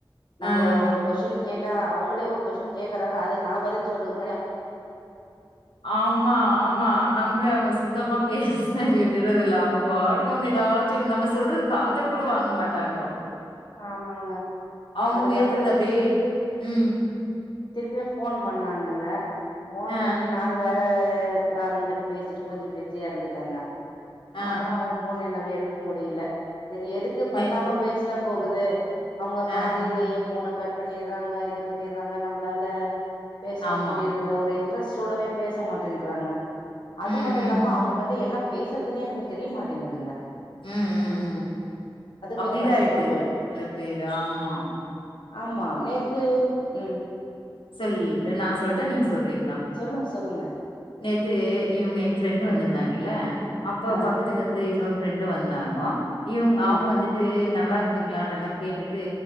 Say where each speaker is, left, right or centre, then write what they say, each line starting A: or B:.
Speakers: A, on the left; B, on the left.
A: அ.
B: நம்ம ஒரு கொஷின் கேட் ட்ட அவங்களே ஒரு கொஸின் கேக்குறாங்க அது நான் பதில் சொல்றது
A: ஆமா ஆமா நம்மளே அவங்க சுத்தமா பேசு விடுறது இல்ல அவங்க பாட்டுக்கு அவங்க ஏதாச்சும் நம்ம சொல்றது காதுல கூட வாங்க மாட்டாங்கோ
B: ஆமாங்க
A: அவங்க
B: அதுக்கப்புறோ
A: பேசுறதவே உம்
B: திருப்பியு ஃபோன் பண்ணாங்கங்க ஃபோன்
A: அ,
B: பண்ணி நானு வேற ஹ ஆனந்த்கிட்ட பேசிட்டு கொஞ்சம் பிஸியா இருந்துட்டாங்க
A: அ,
B: அப்புறம் அவங்க போன் என்னா அப்டி எடுக்க முடில சரி எதுக்கு பண்ணாலு
A: நெ
B: வேஸ்ட் க்க போகுது அவங்க
A: அ,
B: பாதிலையே போன கட் பண்ணிறாங்க இது பண்ணிறாங்க நம்பளால பேசவும்
A: ஆமா.
B: முடியருதில்ல ஒரு இன் ட்ரஸ்ட்டோடவே பேச மாட்டேன்ற்றாங்க
A: ம்,
B: அது
A: ம்,
B: மட்டு இல்லாம அவங்ககிட்ட என்ன பேசுறதுன்னே எனக்கு தெரியமாட்டேங்குதுங்க
A: உம் உம் உம் அப்டிதா
B: கொஞ்சோ கஷ்டமா
A: இது
B: போயிடுது
A: சில பேர் ஆமா
B: ஆமா நேத்து உம்
A: சொல் இல்ல நான் சொல்ட்டா நீங்க சொல் அப்டிங்ளா
B: சொல்லுங்க சொல்லுங்க
A: நேத்து இவங்க எங்க ஃப்ரெண்டு் வந்திருந்தாங்க ல்ல அப்ப
B: ஆ
A: பக்கத்துலருந்து இன்னொரு ஃப்ரெண்டு வந்தாங்கோ இவங்க அவங்க
B: ம்
A: வந்துட்டு நல்லா இருக்கீங்களானல்லா கேட்டுட்டு